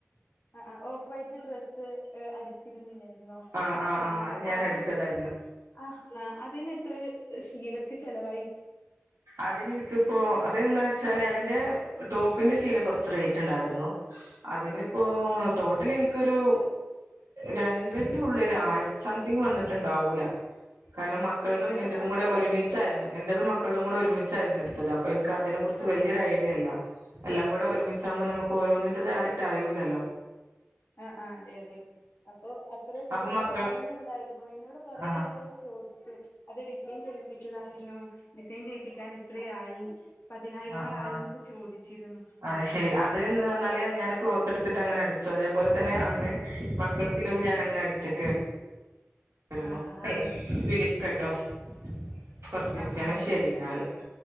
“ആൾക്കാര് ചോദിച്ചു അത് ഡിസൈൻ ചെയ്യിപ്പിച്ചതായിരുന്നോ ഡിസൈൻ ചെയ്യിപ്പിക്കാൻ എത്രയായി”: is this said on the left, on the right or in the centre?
Left